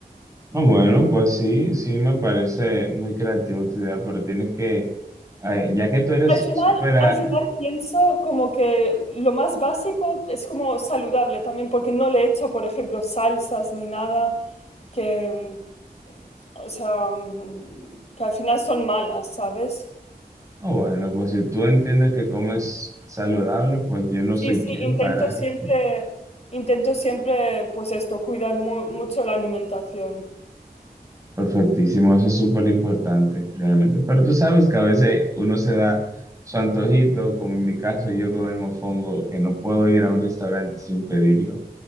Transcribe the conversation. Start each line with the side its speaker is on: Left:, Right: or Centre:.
Right: Ah, bueno, pues sí, sí me parece muy creativo tu idea, pero tienes que, eh, ya que tú eres
Left: Al final,
Right: súper... a-
Left: al final pienso como que lo más básico es como saludable también, porque no le echo, por ejemplo, salsas ni nada que, mm, o sea, mm, que al final son malas, ¿sabes?
Right: Ah, bueno, pues si tú entiendes que comes saludable, pues yo no soy
Left: Sí, sí,
Right: quien
Left: intento
Right: para...
Left: siempre, intento siempre, pues esto, cuidar mu- mucho la alimentación.
Right: Perfectísimo, eso es súper importante, realmente. Pero tú sabes que a veces uno se da su antojito, como en mi caso yo con el mofongo, que no puedo ir a un restaurante sin pedirlo.